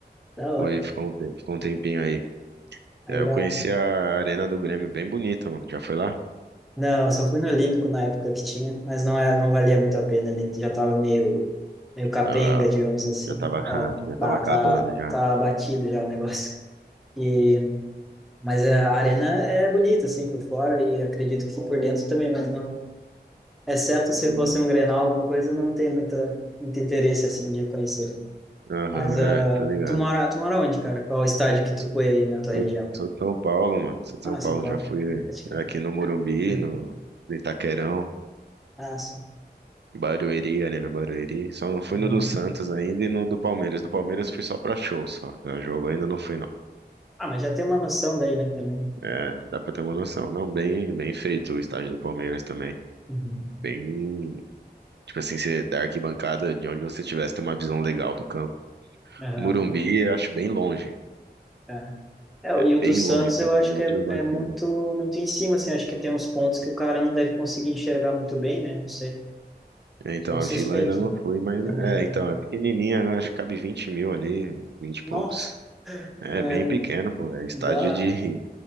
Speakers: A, in the centre; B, on the right.
A: Da hora.
B: Foi, ficou um, tem- ficou um tempinho aí.
A: Aí
B: É, eu
A: já.
B: conheci a Arena do Grêmio, bem bonita, mano. Já foi lá?
A: Não, eu só fui no Olímpico na época que tinha, mas não, é, não valia muito a pena, ele já tava meio, meio capenga,
B: Tava,
A: digamos assim.
B: já tava, <laughs>
A: Ah,
B: já
A: bah,
B: tava acabando,
A: tá,
B: já.
A: tá batido já o negócio. E, mas a arena é bonita, assim, por fora, e acredito que por dentro também, mas não... Exceto se
B: Boni-
A: fosse um Grenal, alguma coisa, não tem muita, muito interesse, assim, de conhecer.
B: Aham,
A: Mas ah,
B: é, tô ligado.
A: tu mora, tu mora onde, cara? Qual estádio que
B: Eu
A: tu
B: Sou,
A: foi aí na tua região?
B: sou, sou de São Paulo, mano. Sou de
A: Ah,
B: São Paulo,
A: São Paulo.
B: já fui
A: Pode crer.
B: aqui no Morumbi,
A: <laughs>
B: no, no Itaquerão.
A: Ah, sim.
B: Barueri, Arena Barueri. Só não fui
A: Aham.
B: no do Santos ainda e no do Palmeiras. Do Palmeiras fui só pra show, só. Pra jogo ainda não fui, não.
A: Ah, mas já tem uma noção daí, né, também.
B: É, dá pra ter uma noção. Não, bem, bem feito o estádio do Palmeiras também.
A: Uhum.
B: Bem, tipo assim, você da arquibancada de onde você tivesse tem uma visão legal do campo.
A: Aham,
B: Murumbi, eu acho bem longe.
A: é. É,
B: É
A: e o
B: bem
A: do Santos
B: longe, principalmente
A: eu acho que é,
B: do lado
A: é muito
B: latino.
A: muito em cima, assim, acho que tem uns pontos que o cara não deve conseguir enxergar muito bem, né? Não sei,
B: É, Então,
A: sou um
B: a
A: suspeito,
B: Vila eu ainda não
A: né?
B: fui, mas...
A: É meio,
B: É, então, é pequenininha, né? Acho que cabe 20 mil ali, 20 e poucos.
A: nossa,
B: É
A: é,
B: bem pequeno, pô. É estádio
A: dá
B: de